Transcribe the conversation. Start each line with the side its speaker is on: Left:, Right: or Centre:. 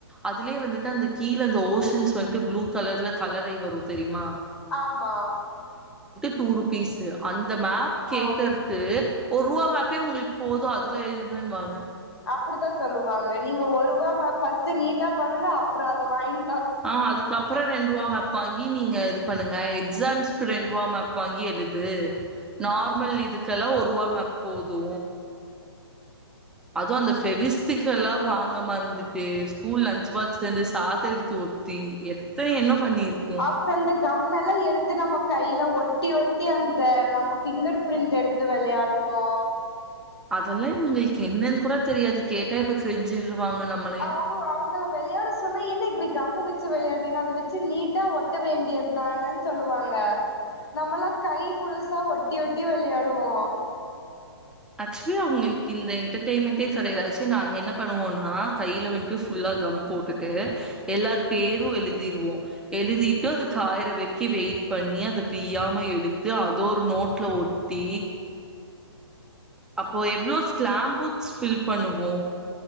Centre: அதுலயே வந்துட்டு அந்த கீழ அந்த ஓஷன்ஸ் வந்துட்டு ப்ளூ கலர்ல கலராயி வரு தெரிமா
Left: ஆமா
Centre: டூ ருப்பீஸு அந் ந்த மேப் கேக்கற்து
Left: ஆமா
Centre: ஒர் ருவா மேப்பே உங்களுக்கு போது அதுல எழுதுங்கன்னுவாங்க
Left: ப்டிதா சொல்லுவாங்க நீங்க ஒருவா மேப் ஃபஸ்ட்டு நீட்டா பண்ணுங்க அப்றொ அத வாய்ங்
Centre: ஆ அதுக்கப்றொ ரெண் ருவா மேப் வாங்கி நீங்க இது பண்ணுங்க எக்ஸாம்ஸ்க்கு ரெண்ருவா மேப் வாங்கி எழுது நார்மல் இதுக்கெல்லா ஒருவா மேப் போது அது அந்த ஃபெவிஸ்டிக் எல்லா வாங் மறந் திட்டு ஸ்கூல் லன்ச் பாத்சேந்து சாதோ எடுத்து ஒத்தி எத்தன என்ன பண்ணிருக்கோ
Left: அப்றோ இந்த கம் எல்லா எடுத்து நம்ம கைல ஒட்டி ஒட்டி அந்த நம்ம ஃபிங்கர் பிரிண்ட் எடுத்து வெளையாடுவோ
Centre: அதல்லா இவுங்கை என்னன்னு கூட தெரியாது கேட்டா இப்ப கிரிஞ்சின்ணுருவாங்க நம்மளைய
Left: அவங்க அவங்கள வெளையாட சொன்னா என்ன இப்டி கம்மு வச்சு விளையாட்றீங்க அத வெச்சு நீட்டா ஒட்ட வேண்டியது தானன் சொல்லுவாங்க நம்மல்லா கை முழுசா ஒட்டி ஒட்டி வெள்யாடுவோ
Centre: அ அவங்கள்க்கு இந்த எண்ட்டர்டயின்மண்டே கடையில நாங் என்ன பண்ணுவோன்னா கையில வந்ட்டு ஃபுல்லா கம் போட்டுட்டு எல்லார் பேரு எழுதிடுவோ எழுதிட்டு அது காய்ற வெறுக்கி வெய் பண்ணி அத பிய்யாம எடுத்து அத ஒரு நோட்ல ஒட்டி அப்போ எவ்ளோ ஸ்லாம் ஃபுக்ஸ் ஃபில் பண்ணுவோ